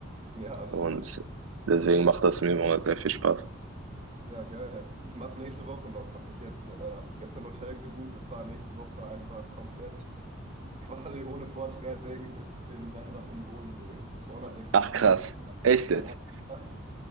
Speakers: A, on the right (about 30°); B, on the right (about 80°).
A: ja, absolut.
B: Und deswegen macht das mir immer sehr viel Spaß.
A: Ja, geil. Ich mach's nächste Woche noch. Hab mich jetzt äh, gestern Hotel gebucht. Wir fahren nächste Woche einfach komplett, quasi ohne Vortraining mit dem Rennrad um den Bodensee. 260
B: Ach
A: Kilometer
B: krass. Echt
A: an
B: jetzt?
A: einem Tag.